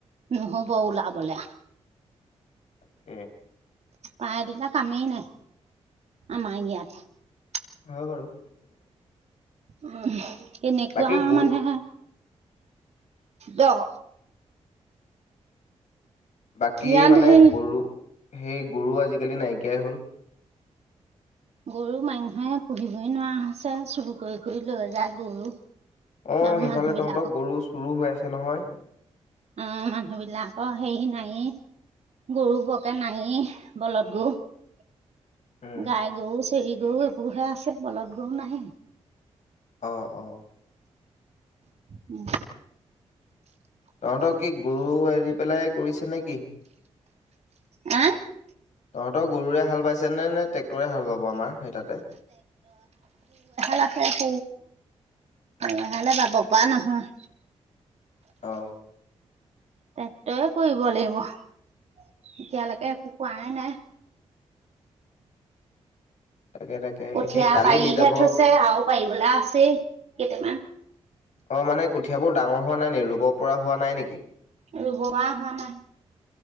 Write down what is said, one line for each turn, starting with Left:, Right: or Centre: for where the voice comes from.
Right: উহ' বৌ ওলা বলা
Left: তাকে
Right: পাৰ দিপা কমেই নাই আমাৰ ইয়াত
Left: হয় বাৰু
Right: উ এনেকুৱা
Left: বাকী গ
Right: মানে দহ
Left: বাকী
Right: ইয়াত
Left: মানে
Right: সেই
Left: গৰু সেই গৰু আজিকালি নাইকিয়াই হ'ল
Right: গৰু মানুহে পুহিবই নোৱাৰা হৈছে চুৰু কৰি কৰি লৈ যায় গৰু
Left: অ
Right: আৰু
Left: সেইফালে
Right: মানুহ বিলাকক
Left: তহঁতক গৰু চুৰ হৈ আছে নহয়।
Right: অ মানুহ বিলাকৰ সেই নাই গৰু বৰকে নাই বলত গৰু
Left: উম।
Right: গাই গৰু চেৰি গৰু এইবোৰহে আছে বলত গৰু নাই
Left: অ অ
Right: উম!
Left: তহঁতৰ কি গৰু এৰি পেলাই কৰিছে নে কি?
Right: হে?
Left: তহঁতৰ গৰুৰে হাল বাইছেনে নে ট্ৰেক্টৰে হাল বাব আমাৰ সেই তাতে?
Right: তাকে ক? এহালে বাব পোৱা নহয়?
Left: অ!
Right: টেক্টৰে কৰিব লাগিব। এতিয়ালৈকে একো কোৱাই নাই।
Left: তাকে তাকে
Right: কঠীয়া
Left: সেই কালি
Right: পাৰিহে
Left: দেউতা ভাগক
Right: থৈছে আৰু পাৰিবলৈ আছেই কেইটামান।
Left: অ মানে কঠিয়াবোৰ ডাঙৰ হোৱা নাই নি ৰুব পৰা হোৱা নাই নেকি?
Right: ৰুব পৰা হোৱা নাই